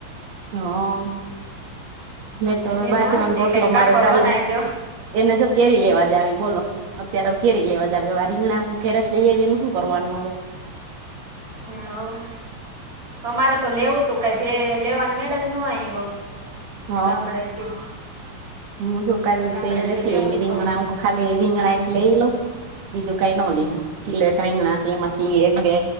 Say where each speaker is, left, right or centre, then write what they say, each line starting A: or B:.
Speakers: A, on the right; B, on the right.
A: હા. મેં તો હવે
B: મેનુ
A: બાજરાનો
B: આવી જાય
A: રોટલો
B: કાંઈક કઠોળ
A: મારે ચાલુ
B: બનાવી જો
A: એને જો કેરી લેવા જાવી બોલો. અત્યારે હવે કેરી લેવા જાવી, હવે આ રીંગણા હું ઘેરેથી લઈ આયવી એનું હું કરવાનું હવે?
B: ને હોવ અમારે તો લેવું તું કઈ ભે લેવાની મેળ જ ન આવ્યો
A: હ
B: ગામડેથી
A: હું જોકાલ
B: ગામડેથી
A: <unintelligible> રીગણા
B: લેવું જ તું
A: ખાલી રીંગણા એક લઈ લઉ બીજું કાઈ ન લીધું કીલોએક રીંગણા તેમાંથી એક બે